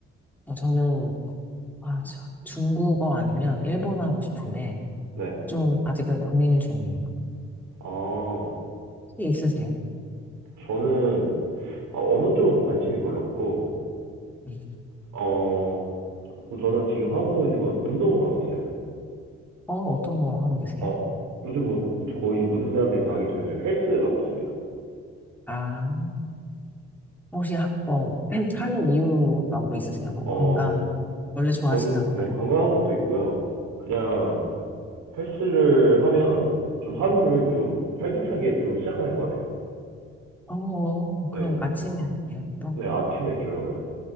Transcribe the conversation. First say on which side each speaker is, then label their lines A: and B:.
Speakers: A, in the centre; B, on the right (about 65°).
A: 어, 저는, 아, 저, 중국어 아니면 일본어 하고 싶은데,
B: 네.
A: 좀 아직은 고민 중이에요.
B: 아,
A: 혹시 있으세요?
B: 저는, 아, 어느 쪽은 관심이 별로 없고,
A: 네.
B: 어, 저는 지금 하고 있는 건 운동하고 있어요.
A: 어, 어떤 거 하고 계세요?
B: 어, 요즘 뭐, 거의 모든 사람들이 다 하겠지만 요즘 헬스 하고 있습니다.
A: 아, 혹시, 하, 어, <clears throat> 하는 이유가 뭐 있으세요? 뭐
B: 어,
A: 건강, 원래 좋아하신다거나.
B: 건, 네, 건강한 것도 있고요. 그냥 헬스를 하면 좀 하루를 좀 활기차게 좀 시작하는 것 같아요.
A: 어,
B: 네.
A: 그럼 아침에 하세요? 또?
B: 네, 아침에 주로 해요.